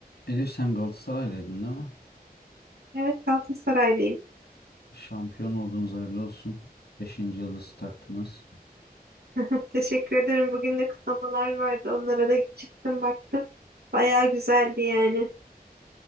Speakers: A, on the left (about 85°); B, on the right (about 80°).
A: Elif sen Galatasaraylıydın değil mi?
B: Evet Galatasaraylıyım.
A: Şampiyon oldunuz hayırlı olsun. Beşinci yıldızı taktınız.
B: <laughs> Teşekkür ederim. Bugün de kutlamalar vardı. Onlara da çıktım baktım. Bayağı güzeldi yani.